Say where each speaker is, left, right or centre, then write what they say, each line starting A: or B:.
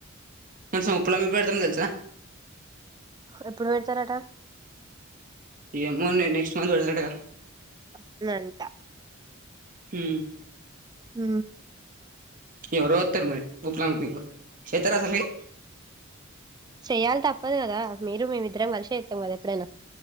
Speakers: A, on the right (about 40°); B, on the right (about 20°).
A: కనీసం ఉప్పులు అమ్మి పెడ్తాన్ తెలుసా
B: ఎప్పుడు పెడతారట
A: ఏమో నె నెక్స్ట్ మంత్ పెడతారాటగా
B: అవునంట
A: హూ
B: ఊ
A: ఎవరో వొత్తర్ మరి ఉప్పులాం కికు చేత్తరా అసలు మీకు
B: చెయాలి తప్పదు గదా మీరు మేమిద్దరం కాలిశెత్తమ్ గదా ఎప్పుడైనా